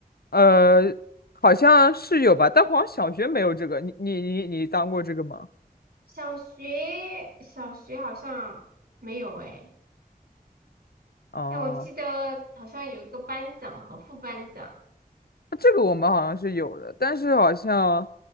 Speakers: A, on the left (about 75°); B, on the right (about 80°).
A: 呃好像是有吧，但好像小学没有这个，你你你你当过这个吗？
B: 小学小学好像没有哎。
A: 哦、
B: 哎，我记得好像有一个班长和副班长。
A: 这个我们好像是有的，但是好像